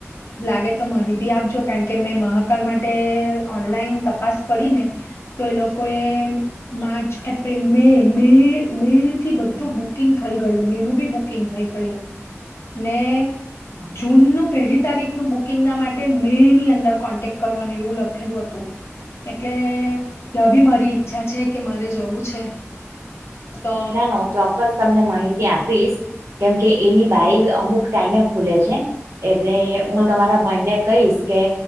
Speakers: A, on the left (about 60°); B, on the right (about 80°).
A: લાગે તો માહિતી આપજો કારણ કે મેં મહાકાલ માટે ઓનલાઈન તપાસ કરી ને તો એ લોકો એ મા એપ્રિલ મે બે મે થી બધું બુકિંગ થઈ ગયેલું મેનું બી બુક બુકિંગ થઈ ગયેલું ને જૂનનું પહેલી તારીખનું બુકિંગના માટે મે ની અંદર કોન્ટેક કરવાનું એવું લખેલું હતું, એટલે તાબી મારી ઈચ્છા છે કે મારે જવું છે. તો
B: ના ના હું ચોક્કસ તમને માહિતી આપ પીશ કેમ કે. એની બારી અમુક ટાઈમે ખુલે છે એટ એટલે હું
A: હા
B: તમારા ભાઈ ને કહીશ. કે